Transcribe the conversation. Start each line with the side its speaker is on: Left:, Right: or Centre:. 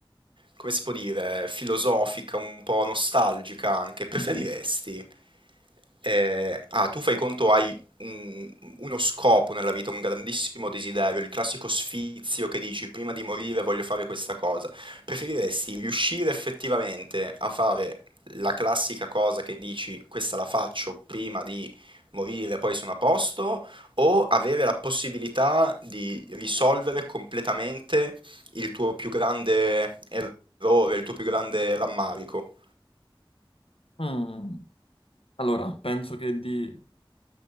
Right: come si può dire, filosofica, un po' nostalgica anche. Preferiresti...
Left: Mhm.
Right: eh, ah, tu fai conto hai un- uno scopo nella vita, un grandissimo desiderio, il classico sfizio che dici prima di morire voglio fare questa cosa. Preferiresti riuscire effettivamente a fare la classica cosa che dici questa la faccio prima di morire, poi sono a posto? o avere la possibilità di risolvere completamente il tuo più grande errore, il tuo più grande rammarico.
Left: Mm. Allora, penso che di